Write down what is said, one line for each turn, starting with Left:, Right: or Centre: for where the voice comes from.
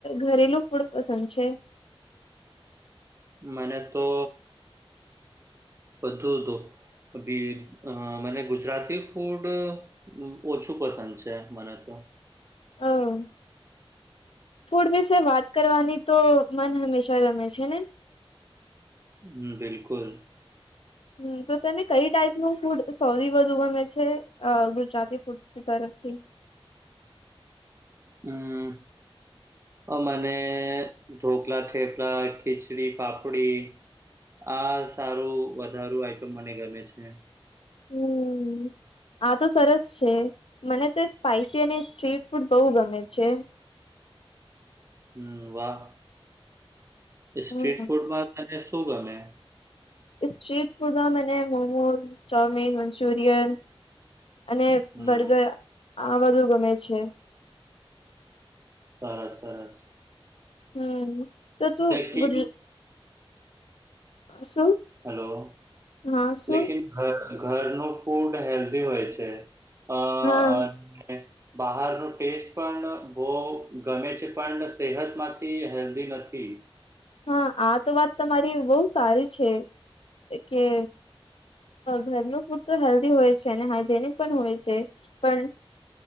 Left: ઘરેલું ફૂડ પસંદ છે
Right: મને તો બધું તો ભી મને ગુજરાતી ફૂડ ઓછું પસંદ છે મને તો
Left: હ ફૂડ વિશે વાત કરવાની તો મન હંમેશા ગમે છે ને
Right: હમ બિલકુલ
Left: હમ તો તને કઈ ટાઈપનું ફૂડ સૌથી વધુ ગમે છે ગુજરાતી ફૂડ તરફથી
Right: હમ હ મને ઢોકળા થેપલા ખીચડી પાપડી આ સારું વધારું આઈટમ મને ગમે છે
Left: હમ આ તો સરસ છે મને તો સ્પાઈસી અને સ્ટ્રીટ ફૂડ બહુ ગમે છે
Right: હમ વાહ સ્ટ્રીટ
Left: હમ
Right: ફૂડમાં તને શું ગમે
Left: સ્ટ્રીટ ફૂડમાં મને મોમોઝ ચવમીન મંચુરિયન અને
Right: હમ
Left: બર્ગર આ બધું ગમે છે.
Right: સરસ સરસ.
Left: હમ તો તું
Right: લેકિન
Left: ગુજ શું
Right: હેલો
Left: હા શું
Right: લેકિન ઘરનું ફૂડ હેલ્ધી હોય છે અ
Left: હા
Right: અને બહારનો ટેસ્ટ પણ બહુ ગમે છે પણ સેહતમાંથી હેલ્ધી નથી
Left: હા આ તો વાત તમારી બહુ સારી છે કે ઘરનું ફૂડ તો હેલ્ધી હોય છે અને હાઈજેનિક પણ હોય છે પણ